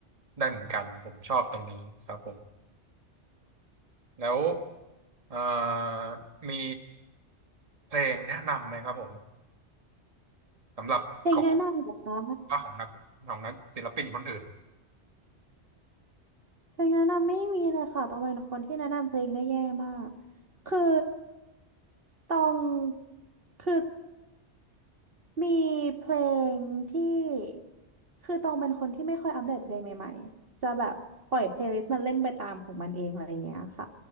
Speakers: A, on the right; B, on the right.
A: ได้เหมือนกันผมชอบตรงนี้ครับผมแล้วอ่ามีเพลงแนะนำไหมครับผมสำหรับของ
B: เพลงแนะนำเหรอคะ
A: ว่าของนักของนักศิลปินคนอื่น
B: เพลงแนะนำไม่มีเลยค่ะตองเป็นคนที่แนะนำเพลงได้แย่มากคือตองคือมีเพลงที่คือตองเป็นคนที่ไม่ค่อยอัปเดตเพลงใหม่ๆจะแบบปล่อยเพลย์ลิสต์มันเล่นไปตามของมันเองอะไรอย่างเงี้ยค่ะ